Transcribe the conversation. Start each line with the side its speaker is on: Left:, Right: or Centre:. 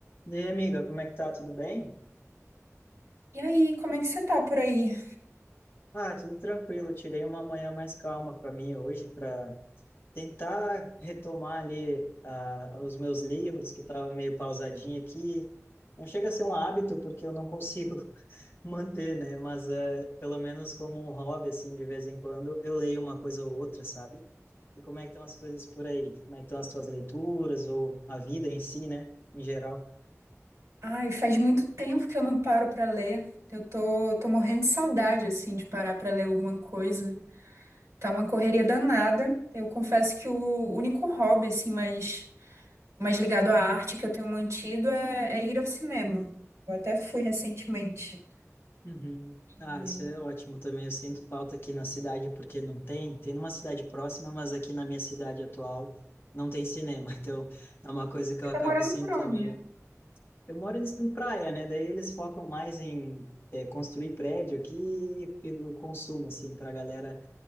Left: E aí, amiga, como é que tá? Tudo bem?
Right: E aí, como é que você tá por aí?
Left: Ah, tudo tranquilo. Tirei uma manhã mais calma para mim hoje para tentar retomar ali ah, os meus livros que estavam meio pausadinho aqui. Não chega a ser um hábito porque eu não consigo <laughs> manter, né? Mas eh, pelo menos como um hobby assim, de vez em quando eu leio uma coisa ou outra, sabe? E como é que estão as coisas por aí? Como é que estão as tuas leituras ou a vida em si, né? Em geral.
Right: Ai, faz muito tempo que eu não paro pra ler. Eu tô, tô morrendo de saudade, assim, de parar pra ler alguma coisa. Tá uma correria danada. Eu confesso que o único hobby, assim, mais, mais ligado à arte que eu tenho mantido é, é ir ao cinema. Eu até fui recentemente.
Left: Uhum.
Right: E
Left: Ah, isso
Right: Você
Left: é ótimo também. Eu sinto falta aqui na cidade porque não tem. Tem numa cidade próxima, mas aqui na minha cidade atual não tem cinema. <laughs> Então é uma coisa que eu acabo
Right: tá morando
Left: sentindo.
Right: por onde?
Left: Eu moro em em praia, né? Daí eles focam mais em eh, construir prédio aqui e o consumo, assim, para a galera